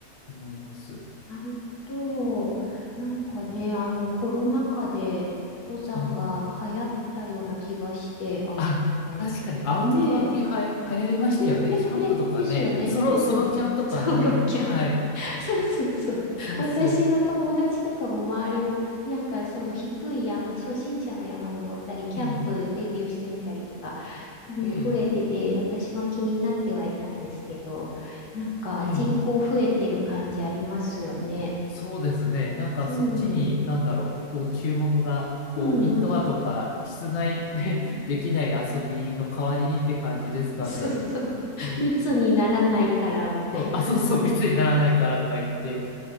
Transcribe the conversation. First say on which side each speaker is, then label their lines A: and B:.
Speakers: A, on the left; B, on the left.
A: 思います。
B: なるほど。なんかね、あの、コロナ禍で登山が流行ったような気がして、
A: はい。
B: あの、
A: あ、確かにアウトドア系はや、
B: ね
A: 流行りましたよね。
B: え、ね、ね、
A: キャンプとかね、
B: ね、ですよね、
A: ソロ、
B: ですよね。
A: ソロキャンとかね。
B: <laughs> ソロキャン
A: はい。
B: <laughs> そうそうそう。
A: そうそ
B: 私の友達とかも周りも、なんかその低い山、初心者の山登ったり、キャンプデビューしてみたりとか、
A: う。ええ、
B: あの増えてて、
A: え
B: 私も気になってはいたんですけど、なんか人口増えてる感じありますよね。
A: え、ええそうですね。なんかそっちに、
B: うん、
A: なんだろう、こう注目が、こうインドアとか室内で
B: うんうん。
A: <laughs> できない遊びの代わりにって感じですかね。
B: そうそう。
A: えー
B: 密にならないからみたいな。
A: そう、あ、そうそう、密にならないからとか言って、